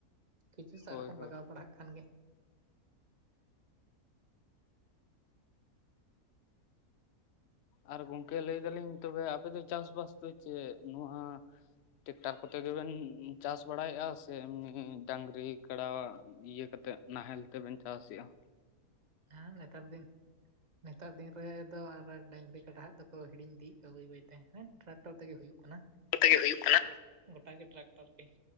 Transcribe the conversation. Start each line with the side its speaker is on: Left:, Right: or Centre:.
Right: ᱠᱤᱪᱷᱩ ᱥᱟᱨ
Left: ᱦᱳᱭ
Right: ᱠᱚᱢ
Left: ᱦᱳᱭ
Right: ᱞᱟᱜᱟᱣ ᱯᱟᱲᱦᱟᱜ ᱠᱷᱟᱱ ᱜᱮ᱾
Left: ᱟᱨ ᱜᱚᱝᱠᱮ ᱞᱟᱹᱭ ᱫᱟᱞᱤᱧ ᱛᱚᱵᱮ ᱟᱯᱮ ᱫᱚ ᱪᱟᱥᱵᱟᱥ ᱫᱚ ᱪᱮᱜ ᱱᱚᱣᱟ ᱴᱮᱠᱴᱟᱨ ᱠᱚᱛᱮ ᱜᱮᱵᱮᱱ ᱪᱟᱥ ᱵᱟᱲᱟᱭᱮᱜ-ᱟ ᱥᱮ ᱮᱢᱱᱤ ᱰᱟᱸᱝᱨᱤ ᱠᱟᱲᱟᱣᱟᱜ᱾ ᱤᱭᱟᱹ ᱠᱟᱛᱮᱜ ᱱᱟᱦᱮᱞ ᱛᱮᱵᱮᱱ ᱪᱟᱥᱮᱜ-ᱟ᱾
Right: ᱦᱟᱸ ᱱᱮᱛᱟᱨ ᱫᱤᱱ᱾ ᱱᱮᱛᱟᱨ ᱫᱤᱱ ᱨᱮ ᱫᱚ ᱟᱵᱟᱨ ᱰᱟᱹᱝᱨᱤ ᱠᱟᱰᱟ ᱦᱟᱜ ᱫᱚᱠᱚ ᱦᱤᱲᱤᱧ ᱤᱫᱤᱭᱮᱜ ᱫᱚ ᱵᱟᱹᱭ ᱵᱟᱹᱭᱛᱮ ᱦᱮᱸᱴ ᱴᱨᱟᱠᱴᱚᱨ ᱛᱮᱜᱮ ᱦᱩᱭᱩᱜ ᱠᱟᱱᱟ᱾
Left: ᱛᱮᱜᱮ ᱦᱩᱭᱩᱜ ᱠᱟᱱᱟ᱾
Right: ᱜᱚᱴᱟᱜᱮ ᱴᱨᱟᱠᱴᱟᱨ ᱛᱮ᱾᱾